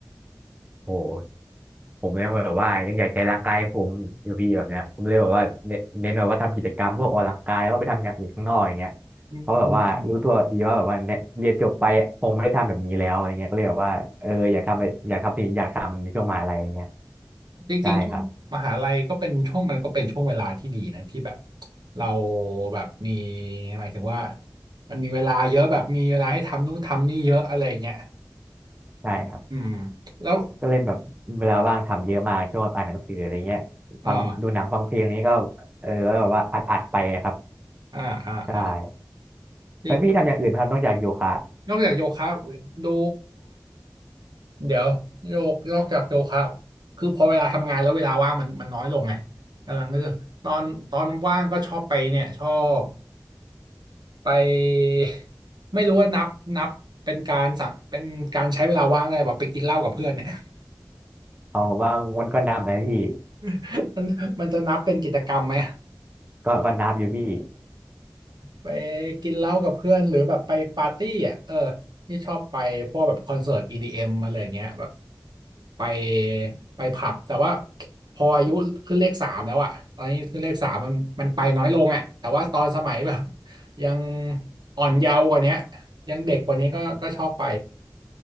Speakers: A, on the right (about 20°); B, on the right (about 80°).
A: โหผมยังแบบว่ายังอยากใช้ร่างกายผมอยู่พี่แบบเนี้ยผมเลยแบบว่าเน้นเน้นแบบว่าทำกิจกรรมพวกออกกำลังกายว่าไปทำอย่างอื่นข้างนอกอย่างเงี้ยเพราะแบบว่ารู้ตัวดีว่าแบบว่าเนี่ยเรียนจบไปคงไม่ได้ทำแบบนี้แล้วอะไรเงี้ยก็เลยแบบว่าเอออยากทำอะไรอยากทำสิ่งที่อยากทำในช่วงมหาลัยอย่างเงี้ย
B: อืมอืมอืมจริงๆช่วงมหาลัยก็เป็นช่วงมันก็เป็นช่วงเวลาที่ดีนะที่แบบ
A: ใช่ครับ
B: เราแบบมีหมายถึงว่ามันมีเวลาเยอะแบบมีเวลาให้ทำนู่นทำนี่เยอะอะไรเงี้ย
A: ใช่ครับ
B: อืมแล้ว
A: ก็เลยแบบเวลาว่างทำเยอะมากช่วงอ่านหนังสืออะไรเงี้ยฟังดูหนังฟังเพลงอะไรเงี้ยก็เออแล้วแบบว่าอัดอัดไปครับ
B: อ่าอ่าอ่าอ่า
A: ใช่
B: จริง
A: แล้วพี่ทำอย่างอื่นไหมครับนอกจากโยคะ
B: นอกจากโยคะดูเดี๋ยวโยกนอกจากโยคะคือพอเวลาทำงานแล้วเวลาว่างมันมันน้อยลงไงกำลังนึกตอนตอนว่างก็ชอบไปเนี่ยชอบ ไปไม่รู้ว่านับนับเป็นการสักเป็นการใช้เวลาว่างได้แบบไปกินเหล้ากับเพื่อนเนี่ย
A: อ๋อผมว่ามันก็นับนะพี่
B: <laughs> มันมันจะนับเป็นกิจกรรมไหม
A: ก็ก็นับอยู่พี่
B: ไปกินเหล้ากับเพื่อนหรือแบบไปปาร์ตี้อ่ะเออที่ชอบไปพวกแบบคอนเสิร์ต EDM อมอะไรอย่างเงี้ยแบบไปไปผับแต่ว่าพออายุขึ้นเลขสามแล้วอะตอนนี้ขึ้นเลขสามมันมันไปน้อยลงอ่ะแต่ว่าตอนสมัยแบบยังอ่อนเยาว์กว่าเนี้ยยังเด็กกว่านี้ก็ก็ชอบไป